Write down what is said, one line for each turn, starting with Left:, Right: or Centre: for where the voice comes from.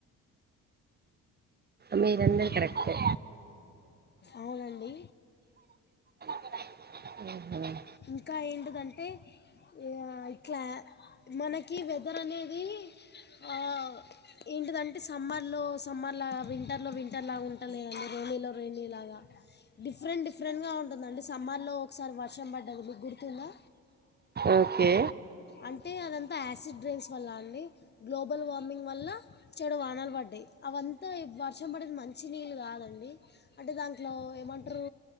Right: నేన్ అన్నది కరెక్ట్ ఎ
Left: అవునండి
Right: <unintelligible>
Left: ఇంకా ఏంటిదంటే ఇగ ఇట్లా మనకి వెదర్ అనేది ఆ ఏంటిదంటే సమ్మర్లో సమ్మర్ లాగా వింటర్లో వింటర్లాగా ఉంటలేదండి రేయినీలో రేయినీలాగా డిఫరెంట్ డిఫరెంట్గా ఉంటుందండి సమ్మర్లో ఒకసారి వర్షం బడ్డది మీకు గుర్తుందా
Right: ఓకే
Left: అంటే అదంతా యాసిడ్ డ్రైన్స్ వల్ల అండి గ్లోబల్ వార్మింగ్ వల్ల చెడు వానలు పడ్డాయి అవంతా వర్షం పడేది మంచి నీళ్ళు కాదండి అంటే దాంట్లో ఏమంట్రూ